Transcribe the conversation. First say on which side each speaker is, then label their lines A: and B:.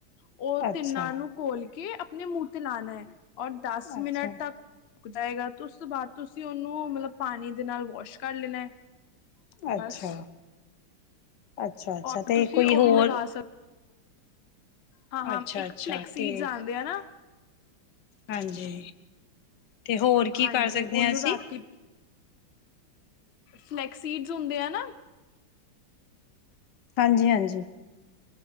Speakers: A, on the left; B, on the left.
A: ਓ
B: ਅੱਛਾ
A: ਤਿੰਨਾਂ ਨੂੰ ਘੋਲ ਕੇ ਆਪਣੇ ਮੂੰਹ ਤੇ ਲਾਣਾ ਔਰ ਦਸ
B: ਅੱਛਾ
A: ਮਿੰਟ ਤੱਕ ਸੁੱਕ ਜਾਏਗਾ ਤੇ ਉਸ ਤੋਂ ਬਾਅਦ ਤੁਸੀਂ ਓਨੂੰ ਮਤਲਬ ਪਾਣੀ ਦੇ ਨਾਲ ਵਾਸ਼ ਕਰ ਲੈਣਾ।
B: ਅੱਛਾ,
A: ਬਸ
B: ਅੱਛਾ-ਅੱਛਾ
A: ਔਰ
B: ਤੇ
A: ਤੁਸੀਂ
B: ਕੋਈ
A: ਉਹ
B: ਹੋਰ
A: ਵੀ ਲਗਾ ਸਕ ਹਾਂ-ਹਾਂ,
B: ਅੱਛਾ
A: ਇੱਕ
B: ਅੱਛਾ
A: ਫਲੈਕਸ ਸੀਡਜ਼
B: ਤੇ
A: ਆਂਦੇ ਆ ਨਾ
B: ਹਾਂਜੀ, ਤੇ ਹੋਰ ਕੀ
A: ਹਾਂਜੀ
B: ਪਾ ਸਕਦੇ
A: ਉਹਨੂੰ
B: ਆਂ ਅਸੀਂ?
A: ਰਾਤੀ ਫਲੈਕਸ ਸੀਡਸ ਹੁੰਦੇ ਆ ਨਾ
B: ਹਾਂਜੀ-ਹਾਂਜੀ।